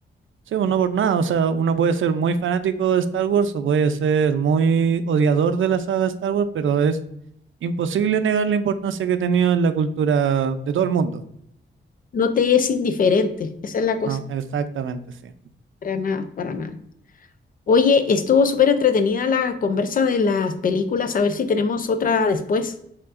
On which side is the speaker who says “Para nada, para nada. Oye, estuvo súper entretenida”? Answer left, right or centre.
Left